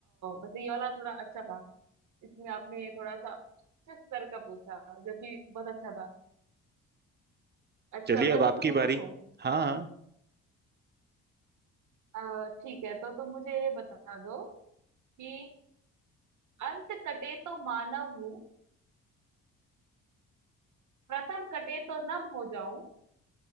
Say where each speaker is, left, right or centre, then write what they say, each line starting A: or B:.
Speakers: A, on the right; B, on the right.
A: वैसे ये वाला थोड़ा अच्छा था इसमें आपने थोड़ा सा अच्छे स्तर का पूछा जो कि बहुत अच्छा था अच्छा
B: चलिए अब
A: मैं
B: आपकी
A: तुमसे
B: बारी
A: पूछूं
B: हाँ हाँ
A: अ, ठीक है तो तुम मुझे ये बता दो कि अंत कटे तो मानव हूँ प्रथम कटे तो नभ हो जाऊं